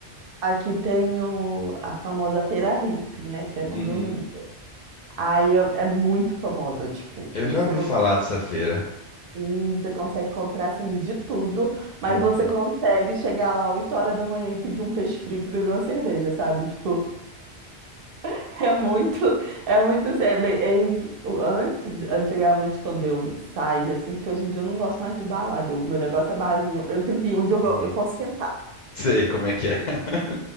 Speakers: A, on the right; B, on the left.
A: Aqui tem o- a famosa Feira Hippie, né? Que é no
B: Uhum.
A: domingo. Aí é, é muito famosa, tipo,
B: Eu
A: você
B: já ouvi falar dessa feira.
A: Hum, Você consegue comprar assim de tudo, mas
B: Uhum,
A: você consegue chegar lá 8 horas da manhã e pedir um peixe frito e beber uma cerveja, sabe? Tipo, <laughs> é muito, é muito sério. Bem, é in- o- Antes, antigamente, quando eu saía, assim, porque hoje em dia eu não gosto mais de balada, o meu negócio é barzinho, eu tenho que ir onde eu, go-
B: uhum.
A: eu posso sentar.
B: <laughs> Sei como é que é. <laughs>